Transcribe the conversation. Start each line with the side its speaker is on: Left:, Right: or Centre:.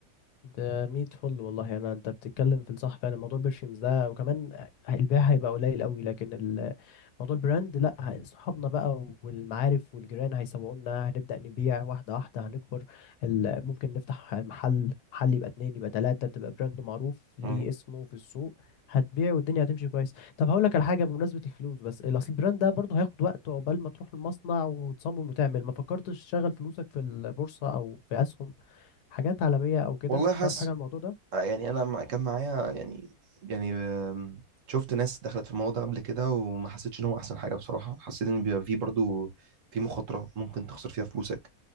Left: ده ميت فل والله أنا أنت بتتكلم في الصح فعلا موضوع برشيمز ده وكمان البيع هيبقى قليل قوي لكن موضوع البراند لا ه- صحابنا بقى والمعارف والجيران هيسوقونا هنبدأ نبيع واحدة واحدة هنكبر ال- ممكن نفتح محل محل يبقى اتنين يبقى تلاتة تبقى براند معروف ليه
Right: مم.
Left: اسمه في السوق هتبيع والدنيا هتمشي كويس طب هقول لك على حاجة بمناسبة الفلوس بس ال- اصل البراند ده برضه هياخد وقت عقبال ما تروح المصنع وتصمم وتعمل ما فكرتش تشغل فلوسك في البورصة او في اسهم حاجات عالمية او كده
Right: والله حاسس
Left: تعرف حاجة عن الموضوع ده
Right: آه، يعني انا مع- كان معايا يعني يعني آم، شفت ناس دخلت في الموضوع ده قبل كده وما حسيتش ان هو احسن حاجة بصراحة حسيت ان بيبقى فيه برضو في مخاطرة ممكن تخسر فيها فلوسك